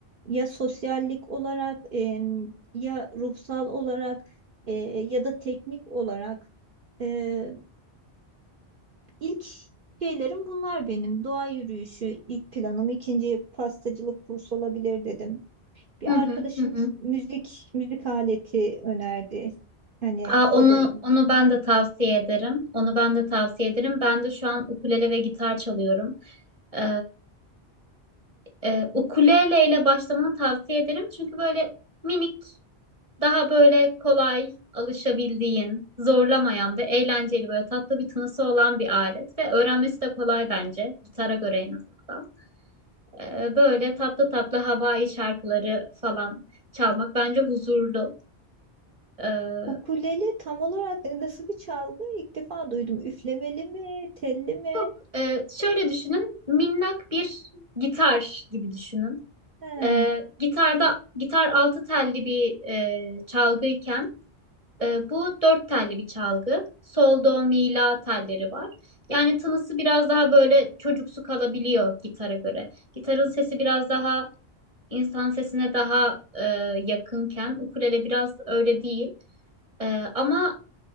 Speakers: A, on the right (about 55°); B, on the right (about 30°).
A: Ya sosyallik olarak em, ya ruhsal olarak e, ya da teknik olarak. E, ilk şeylerim bunlar benim. Doğa yürüyüşü ilk planım, ikinci pastacılık kursu olabilir dedim. Bir
B: Hı hı,
A: arkadaşım
B: hı hı.
A: müzik müzik aleti önerdi. Hani
B: Aa,
A: o
B: onu
A: da iyi.
B: onu ben de tavsiye ederim. Onu ben de tavsiye ederim. Ben de şu an ukulele ve gitar çalıyorum. Ee, e, ukulele ile başlamanı tavsiye ederim. Çünkü böyle minik Daha böyle kolay alışabildiğin, zorlamayan ve eğlenceli böyle tatlı bir tınısı olan bir alet ve öğrenmesi de kolay bence gitara göre en azından. Ee, böyle tatlı tatlı havai şarkıları falan çalmak bence huzurlu. Ee,
A: Ukulele tam olarak e, nasıl bir çalgı? İlk defa duydum. Üflemeli mi, telli mi?
B: yok e, şöyle düşünün minnak bir gitar gibi düşünün.
A: He.
B: Ee, gitarda gitar altı telli bir e, çalgıyken Ee, bu dört telli bir çalgı. Sol, do, mi, la telleri var. Yani tınısı biraz daha böyle çocuksu kalabiliyor gitara göre. Gitarın sesi biraz daha insan sesine daha e, yakınken ukulele biraz öyle değil. E, ama